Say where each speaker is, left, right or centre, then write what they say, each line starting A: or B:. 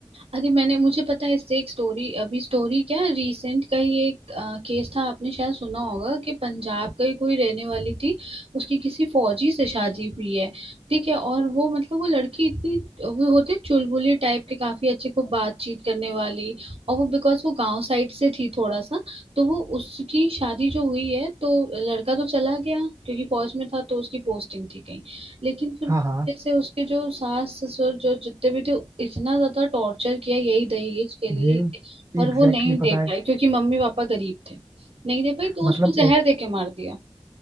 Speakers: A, on the right; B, on the right.
A: अरे मैंने मुझे पता है इससे एक स्टोरी अभी स्टोरी क्या रिसेंट का ही एक केस था आपने शायद सुना होगा कि पंजाब का ही कोई रहने वाली थी उसकी किसी फौजी से शादी हुई है ठीक है और वो मतलब वो लड़की इतनी वो होते हैं चुलबुली टाइप के काफी अच्छे को बातचीत करने वाली और वो बिकॉज वो गांव साइड से थी थोड़ा सा तो वो उसकी शादी जो हुई है तो लड़का तो चला गया क्योंकि फौज में था तो उसकी पोस्टिंग थी कहीं लेकिन फिर
B: हाँ हाँ
A: जैसे उसके जो सास ससुर जो जितने भी थे इतना ज्यादा टॉर्चर किया यही दहेज के लिए
B: ये
A: और
B: एग्जैक्टली
A: वो नहीं
B: exactly
A: दे
B: पता है
A: पाई क्योंकि मम्मी पापा गरीब थे नहीं दे पाई तो
B: मतलब
A: उसको
B: एक
A: जहर दे के मार दिया